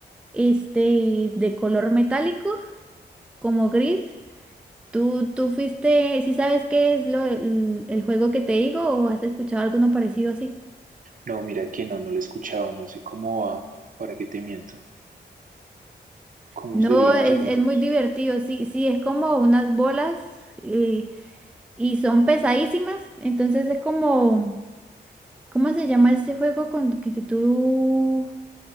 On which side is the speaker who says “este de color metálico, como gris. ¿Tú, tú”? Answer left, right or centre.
Centre